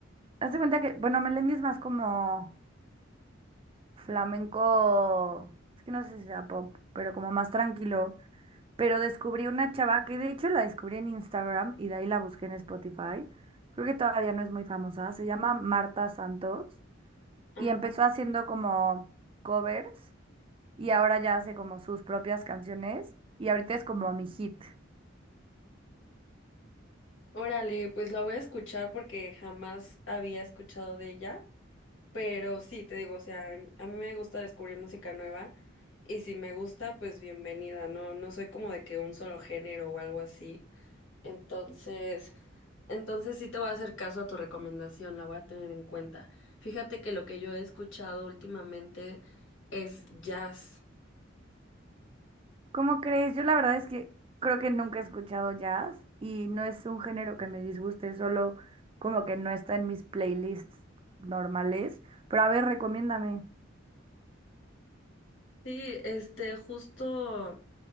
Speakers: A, on the right (about 25°); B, on the left (about 70°).
A: Hazte cuenta que, bueno, Melendi es más como flamenco, es que no sé si sea pop, pero como más tranquilo. pero descubrí una chava que de hecho la descubrí en Instagram y de ahí la busqué en Spotify. Creo que todavía no es muy famosa. Se llama Marta Santos
B: Ajá.
A: y empezó haciendo como covers y ahora ya hace como sus propias canciones y ahorita es como mi hit.
B: Órale, pues la voy a escuchar porque jamás había escuchado de ella, pero sí, te digo, o sea, a mí me gusta descubrir música nueva y si me gusta, pues bienvenida, no, no soy como de que un solo género o algo así. Entonces, entonces sí te voy a hacer caso a tu recomendación, la voy a tener en cuenta. Fíjate que lo que yo he escuchado últimamente es jazz.
A: ¿Cómo crees? Yo la verdad es que creo que nunca he escuchado jazz y no es un género que me disguste, solo como que no está en mis playlists normales. Pero a ver, recomiéndame.
B: Sí, este, justo